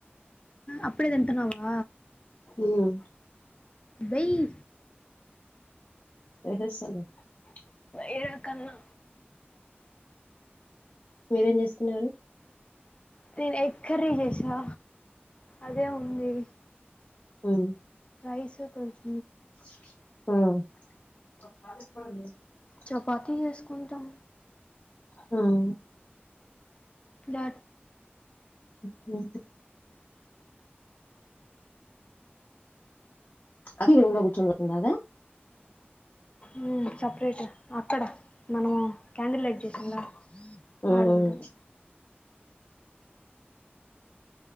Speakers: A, on the left; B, on the left.
A: అప్పుడే తింటున్నావా?.
B: హ్మ్.
A: వెయ్యి.
B: ఏహే సాల <unintelligible>
A: ఏడకన్నా.
B: మీరేం చేస్తున్నారు.
A: నేను ఎగ్ కర్రీ చేసా అదే ఉంది.
B: మ్.
A: ఐసుకొంచ్
B: మ్
A: చపాతీ చేసుకుంటాం.
B: హ్మ్.
A: ద.
B: హు హూ. అదే రూములో కూచోబెట్టినాదా.
A: మ్, సపరేట్ అక్కడ మనము క్యాడిల్ లైట్ చేసిండ్లా.
B: మ్మ్
A: ఆడుంటార్.